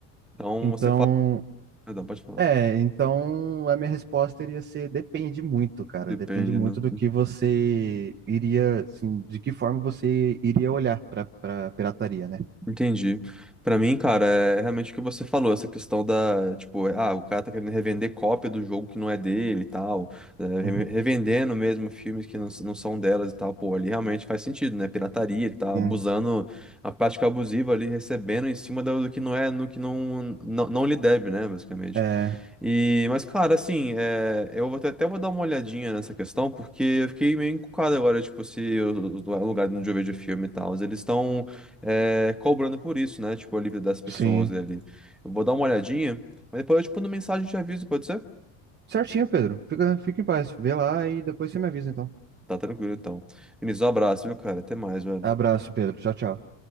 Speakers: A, in the centre; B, on the right.
A: Então
B: Então,
A: você fala. Perdão, pode falar.
B: É, então a minha resposta iria ser depende muito, cara.
A: Depende,
B: Depende muito
A: né?
B: do que você iria, assim, de que forma você iria olhar para para pirataria, né?
A: Entendi. Pra mim, cara, é realmente o que você falou, essa questão da, tipo, ah, o cara tá querendo revender cópia do jogo que não é dele e tal, é, re-
B: Uhum.
A: revendendo mesmo filmes que não, s- não são delas e tal, pô, ali realmente faz sentido, né? Pirataria, ele tá
B: Sim.
A: abusando, a prática abusiva ali, recebendo em cima da- do que não é, no que não, não, não lhe deve, né, basicamente.
B: É,
A: E, mas, cara, assim, é, eu vou até, até vou dar uma olhadinha nessa questão, porque eu fiquei meio encucado agora, tipo, se o, o lugar onde eu vejo filme e tal, eles estão é, cobrando por isso, né? Tipo, a livre das pessoas
B: sim.
A: ali. Eu vou dar uma olhadinha, mas depois eu te mando mensagem e te aviso, pode ser?
B: Certinho, Pedro. Fica, fica em paz. Vê lá e depois você me avisa, então.
A: Tá tranquilo, então. Vinícius, um abraço, viu, cara? Até mais, velho.
B: Abraço, Pedro. Tchau, tchau.